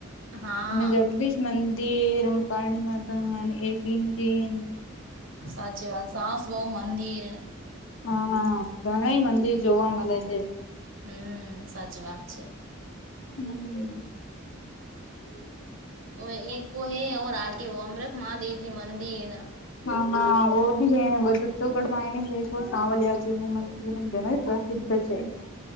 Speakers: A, on the right (about 70°); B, on the left (about 65°).
A: હા
B: અને જગદીશ મંદિર, કરણી માતા અને એકલિંગજી.
A: સાચી વાત સે, સાસ બહુ મંદિર.
B: હા! ઘણય મંદિર જોવા મળે છે.
A: હમ્મ! સાચી વાત છે.
B: હમ્મ.
A: ઓ એક વો હૈ ઓર આગે વ અમૃત મહાદેવજી મંદિર ન.
B: હા હા વો ભી હે બગઢમાં એને ભાઈ કો સાવલ જેનું મંદિર. <unintelligible>